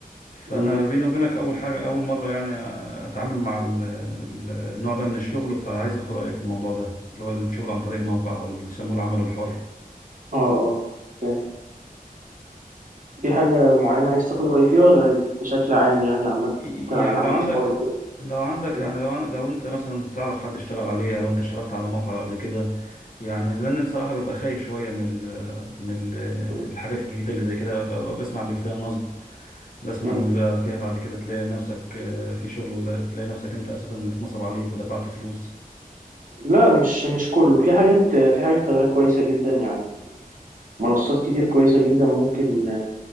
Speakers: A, on the left; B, on the right.
A: فانا
B: مم.
A: بيني وبينك اول حاجه اول مره يعني اتعامل مع ال- ال- النوع ده من الشغل فعايز اخد رايك في الموضوع ده اللي هو الشغل عن طريق موقع واللي بيسموه العمل الحر
B: اه اه فاهم في حاجه معينه عايز تاخد رايي فيها ولا بشكل عام يعني عامه
A: يعني
B: عن العمل
A: لو عندك
B: الحر وكده
A: لو عندك
B: مم.
A: يعني لو عن- لو انت مثلا تعرف حد اشتغل عليها لو انت اشتغلت على موقع قبل كده يعني لان الصراحه ببقى خايف شويه من ال من ال
B: مم.
A: الحاجات الجديده اللي زي كده ببقى بسمع بيبقى فيها نصب بسمع
B: مم.
A: ان بيبقى فيها بعد كده تلاقي نفسك آه، في شغل ولا تلاقي نفسك انت اساسا اللي اتنصب عليك ودفعت فلوس
B: لا مش مش كله في حاجات في حاجات خلي بالك كويسه جدا يعني منصات كتير كويسه جدا ممكن